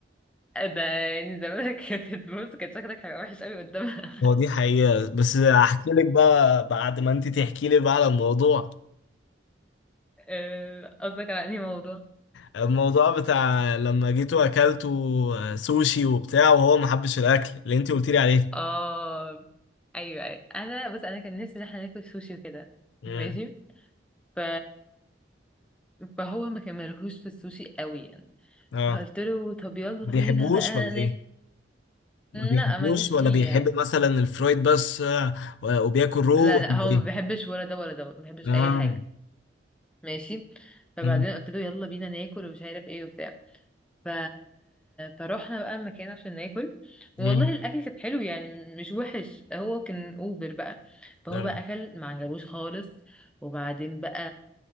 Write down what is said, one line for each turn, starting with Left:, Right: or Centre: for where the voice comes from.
Centre: ده يعني زمانك <laughs> كانت بص كان شكلك هيبقى وحش قوي قدامها
Left: هو دي حقيقة بس هحكي لك بقى بعد ما انت تحكي لي بقى على الموضوع
Centre: <laughs> آه، قصدك على انهي موضوع
Left: الموضوع بتاع لما جيتوا واكلتوا سوشي وبتاع وهو ما حبش الاكل اللي انت قلت لي عليه
Centre: اه ايوه ايوه انا بس انا كان نفسي ان احنا ناكل سوشي وكده
Left: امم
Centre: ماشي ف فهو ما كملهوش في السوشي قوي يعني
Left: اه
Centre: فقلت له طب يلا
Left: ما بيحبوش
Centre: بينا بقى
Left: ولا
Centre: نك...
Left: ايه ما بيحبوش
Centre: لا ملوش
Left: ولا
Centre: فيه
Left: بيحب
Centre: يعني
Left: <laughs> مثلا الفرويد بس آه، و- وبياكل رو
Centre: لا
Left: ولا
Centre: لا هو
Left: ايه
Centre: ما بيحبش ولا ده ولا ده ما بيحبش
Left: اه
Centre: اي حاجه ماشي فبعدين
Left: مم.
Centre: قلت له يلا بينا ناكل ومش عارف ايه وبتاع ف... فروحنا بقى مكان عشان ناكل
Left: مم.
Centre: والله الاكل كان حلو يعني مش وحش هو كان اوبر بقى فهو
Left: اه
Centre: بقى اكل ما عجبوش خالص وبعدين بقى